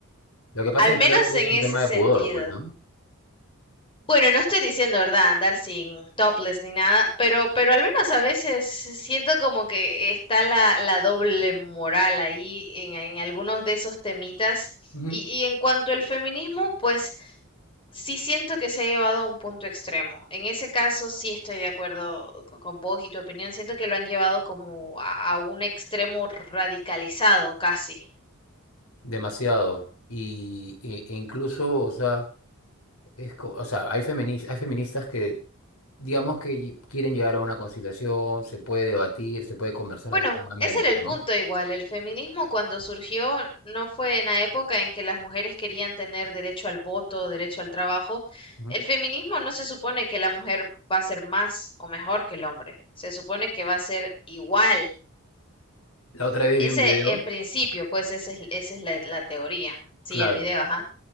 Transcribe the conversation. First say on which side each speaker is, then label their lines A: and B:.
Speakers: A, on the left; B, on the left.
A: Lo que pasa
B: Al
A: es
B: menos
A: que creo que
B: en
A: es
B: ese
A: un tema
B: sentido.
A: de pudor, pues, ¿no?
B: Bueno, no estoy diciendo, ¿verdad?, andar sin topless ni nada, pero, pero al menos a veces siento como que está la, la doble moral ahí en, en algunos de esos temitas.
A: Ujú.
B: Y, y en cuanto al feminismo, pues sí siento que se ha llevado a un punto extremo. En ese caso sí estoy de acuerdo co- con vos y tu opinión. Siento que lo han llevado como a, a un extremo radicalizado casi.
A: Demasiado. Y, e- e incluso, o sea, es, co- o sea, hay feminis- hay feministas que, digamos que ll- quieren llegar a una conciliación, se puede debatir, se puede conversar
B: Bueno,
A: alternadamente,
B: ese era el
A: ¿no?
B: punto igual. El feminismo cuando surgió no fue en la época en que las mujeres querían tener derecho al voto, derecho al trabajo.
A: Ujú.
B: El feminismo no se supone que la mujer va a ser más o mejor que el hombre. Se supone que va a ser igual.
A: La otra vez
B: Ese,
A: vi un video,
B: en principio, pues esa es, esa es la, la teoría. Sí,
A: claro,
B: el video, ajá.